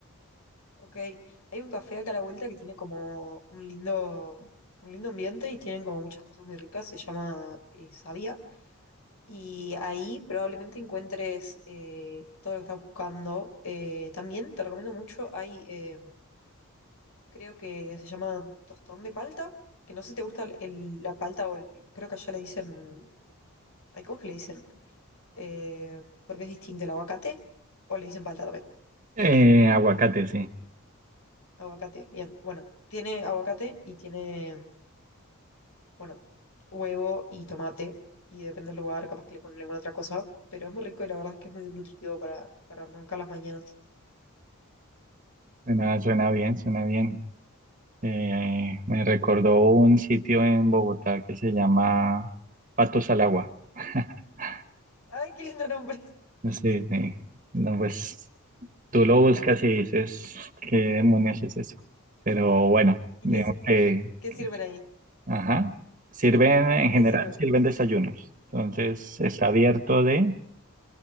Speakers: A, on the left; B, on the right.
A: Ok, hay un café acá a la vuelta que tiene como un lindo, un lindo ambiente y tienen como muchas cosas muy ricas. Se llama eh, Sabia Y ahí probablemente encuentres eh, todo lo que estás buscando. Eh, también te recomiendo mucho, hay, eh, creo que se llama tostón de palta, que no sé si te gusta el- el- la palta o el, creo que allá le dicen, hay cosas que le dicen, eh, porque es distinto el aguacate, o le dicen palta también.
B: Eh, aguacate, sí.
A: Aguacate, bien, bueno, tiene aguacate y tiene, bueno, huevo y tomate, y depende del lugar, capaz que le ponen alguna otra cosa, pero es muy rico y la verdad es que es muy nutritivo para, para arrancar las mañanas.
B: Suena, suena bien, suena bien. Eh, me recordó un sitio en Bogotá que se llama Patos al Agua. <laughs>
A: Ay, qué lindo nombre.
B: No sí. No, pues tú lo buscas y dices, ¿qué demonios es eso? Pero bueno,
A: <laughs> ¿Y
B: digamos
A: qué, s-
B: que,
A: qué
B: que
A: sirven
B: es-
A: ahí?
B: ajá, sirven en
A: ¿Qué
B: general,
A: sirven?
B: sirven desayunos. Entonces está abierto de,